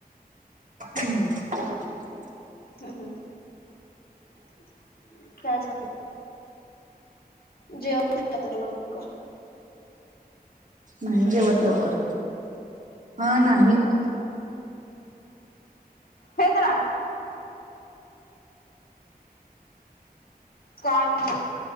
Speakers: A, on the right; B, on the left.
A: हम्म <inaudible>
B: हम्म हम् <unintelligible> जेवण <unintelligible> तर लवकर?
A: नाही जेवत
B: हॅलो
A: लवकर. हा नाही.
B: <unintelligible> हेे धरा. काय मग